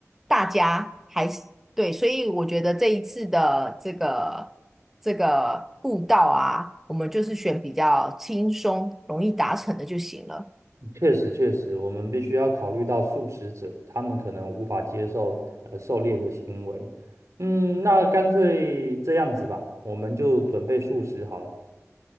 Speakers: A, in the centre; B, on the right.
A: 大家还是对，所以我觉得这一次的这个这个步道啊，我们就是选比较轻松、容易达成的就行了。
B: 确实确实，我们必须要考虑到素食者，他们可能无法接受呃狩猎的行为。嗯，那干脆这样子吧，我们就准备素食好了。